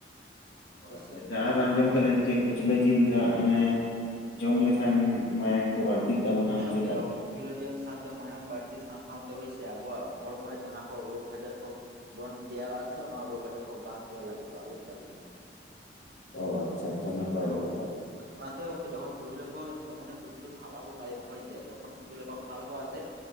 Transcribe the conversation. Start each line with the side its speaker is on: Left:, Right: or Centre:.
Left: ᱚ
Right: ᱦᱳᱭ
Left: ᱟᱪᱪᱷᱟ
Right: ᱥᱮ
Left: ᱟᱪᱪᱷᱟ ᱟᱨ᱾ ᱟᱸᱡᱚᱢ ᱠᱟᱫᱟᱹᱧ ᱥᱮ ᱠᱩᱪᱞᱟᱹ ᱡᱤᱞ ᱫᱟᱜ ᱚᱱᱮ ᱡᱚᱢ ᱞᱮᱠᱷᱟᱱ ᱢᱟᱭᱟᱝ ᱠᱚ ᱵᱟᱹᱲᱛᱤᱜ ᱛᱟᱵᱚᱱᱟ
Right: ᱦᱮ ᱚᱝᱠᱮ
Left: ᱪᱮᱛᱟ?
Right: ᱠᱩᱪᱤᱞᱟᱹ ᱡᱮᱞ ᱥᱟᱶᱛᱮ ᱢᱟᱭᱟᱢ ᱵᱟᱹᱲᱛᱤ ᱥᱟᱶ ᱥᱟᱶᱛᱮ ᱦᱳᱭᱥᱮ ᱟᱵᱚᱣᱟᱜ ᱦᱚᱲᱢᱚ ᱨᱮ ᱡᱟᱦᱟᱸ ᱠᱚ ᱨᱳᱜᱽ ᱟᱡᱟᱨ ᱠᱚ ᱵᱚᱱ ᱛᱮᱭᱟᱨᱚᱜ ᱟ ᱥᱮ ᱚᱱᱟ ᱨᱳᱜ ᱟᱡᱟᱨ ᱠᱚ ᱵᱟᱝ ᱛᱮᱭᱟᱨ ᱞᱟᱹᱜᱤᱫᱚᱜᱼᱟ ᱵᱩᱡ ᱫᱟ ᱵᱤᱱ᱾
Left: ᱚ ᱟᱪᱪᱷᱟ ᱟᱪᱪᱷᱟ᱾ ᱜᱮ
Right: ᱦᱳᱭ᱾
Left: ᱱᱟᱯᱟᱭ ᱜᱮ᱾
Right: ᱚᱱᱟᱛᱮ ᱜᱚᱝᱠᱮ ᱡᱚᱠᱷᱚᱱ ᱠᱩᱭᱞᱟ. ᱠᱷᱚᱱ ᱢᱟᱱᱮ ᱠᱩᱪᱞᱟᱹ ᱥᱟᱵ ᱟᱜᱩ ᱛᱟᱭᱚᱢ ᱦᱳᱭ ᱥᱮ ᱡᱚᱠᱷᱚᱱ ᱠᱩᱪᱞᱟᱹ ᱠᱚ ᱠᱷᱟᱞ ᱠᱚᱣᱟ ᱥᱮ